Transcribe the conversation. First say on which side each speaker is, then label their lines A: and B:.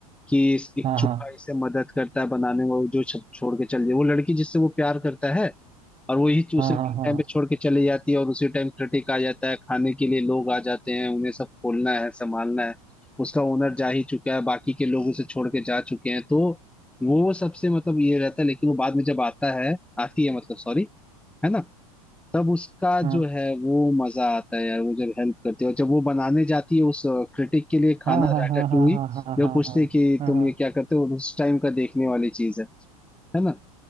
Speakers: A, in the centre; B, on the right.
A: कि इस एक
B: हाँ
A: चूहा
B: हाँ
A: इसे मदद करता है बनाने में वो जो छप- छोड़ के चल जाए वो लड़की जिससे वो प्यार करता है और वही चूसे
B: हाँ
A: मेन
B: हाँ हाँ
A: टाइम पे छोड़ के चली जाती है और उसी टाइम क्रिटिक आ जाता है खाने के लिए लोग आ जाते हैं उन्हें सब खोलना है संभालना है उसका ओनर जा ही चुका है बाकी के लोग उसे छोड़ के जा चुके हैं तो वो सबसे मतलब ये रहता है लेकिन वो बाद में जब आता है आती है मतलब सॉरी है ना तब उसका
B: हाँ
A: जो है वो मजा आता है यार वो जब हेल्प करती है और जब वो बनाने जाती है उस क्रिटिक के लिए खाना
B: हाँ हाँ
A: रैटाटूई
B: हाँ हाँ हाँ हाँ हाँ
A: जब
B: हाँ
A: पूछते
B: हाँ हाँ
A: हैं कि
B: हाँ
A: तुम
B: हाँ,
A: ये क्या करते हो उस टाइम का देखने वाली चीज है है ना